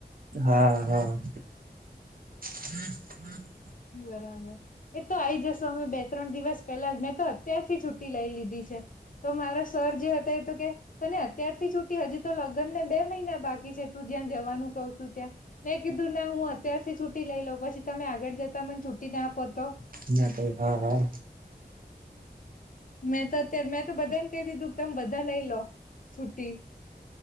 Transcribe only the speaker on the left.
બરાબર એ તો આઈ જસો અમે બે ત્રણ દિવસ પેલા જ મેં તો અત્યાર થી છુટી લઈ લીધી. <unintelligible> છે. તો મારા સર જે હતા એ તો કે તને અત્યારથી છુટી હજી તો લગ્ન ને બે મહિના બાકી છે, તું <unintelligible> જવાનું કઉછુ ત્યાં મેં કીધું ના હું અત્યારથી છુટી લઈ લઉં પછી તમે આગળ જતા મને છુટી. ના આપો તો
મેં તો અત્યારે મેં તો બધાને કહી દીધું તમે બધા લઈ લો છુટી.